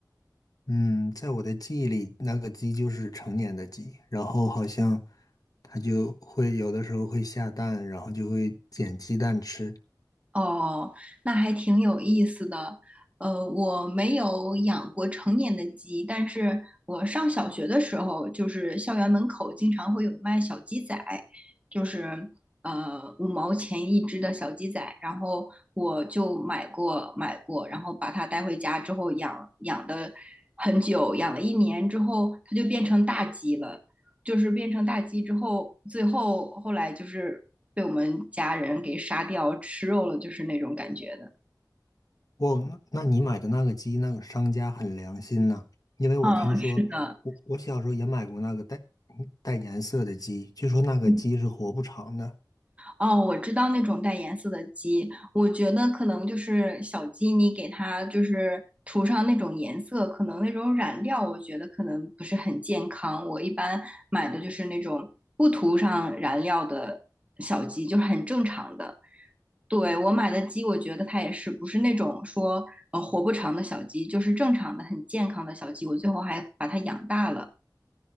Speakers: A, on the left; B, on the right.
A: 嗯，在我的记忆里，那个鸡就是成年的鸡，然后好像它就会有的时候会下蛋，然后就会捡鸡蛋吃。
B: 哦，那还挺有意思的。呃，我没有养过成年的鸡，但是我上小学的时候，就是校园门口经常会有卖小鸡仔，就是呃五毛钱一只的小鸡仔，然后我就买过买过，然后把它带回家之后养养的很久，养了一年之后，它就变成大鸡了。就是变成大鸡之后，最后后来就是被我们家人给杀掉吃肉了，就是那种感觉的。
A: 哇，那那你买的那个鸡，那个商家很良心呐，因为我听说，
B: 嗯，是的，
A: 我我小时候也买过那个带嗯带颜色的鸡，据说那个鸡是活不长的。
B: 嗯哦，我知道那种带颜色的鸡，我觉得可能就是小鸡，你给它就是涂上那种颜色，可能那种染料，我觉得可能不是很健康。我一般买的就是那种不涂上染料的小鸡，就是很正常的。对，我买的鸡，我觉得它也是不是那种说呃活不长的小鸡，就是正常的、很健康的小鸡。我最后还把它养大了。